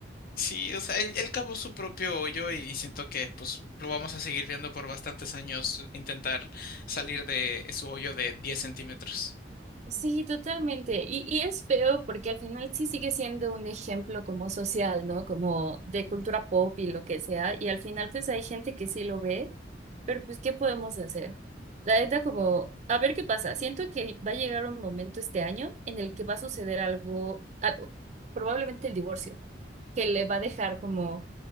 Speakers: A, on the left; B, on the right.
A: sí, o sea, él, él cavó su propio hoyo y siento que, pues, lo vamos a seguir viendo por bastantes años intentar salir de su hoyo de 10 centímetros.
B: Sí, totalmente. Y, y es feo porque al final sí sigue siendo un ejemplo como social, ¿no? Como de cultura pop y lo que sea. Y al final pues hay gente que sí lo ve. Pero pues, ¿qué podemos hacer? La neta, como, a ver qué pasa. Siento que va a llegar un momento este año en el que va a suceder algo, algo, probablemente el divorcio, que le va a dejar como